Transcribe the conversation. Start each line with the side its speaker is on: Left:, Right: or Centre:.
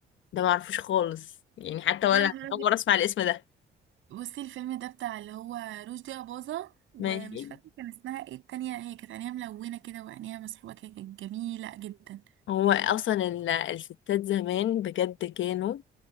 Left: ده معرفوش خالص يعني حتى ولا
Right: يا نهار أبيض
Left: اول مره اسمع الاسم ده
Right: بصي الفيلم ده بتاع اللي هو رشدي أباظة ومش
Left: ماشي
Right: فاكرة كان اسمها ايه التانية هي كانت عينيها ملونة كده وعينيها مسحوبة كده كانت جميلة جدا
Left: هو اصلا ال- الستات زمان بجد كانوا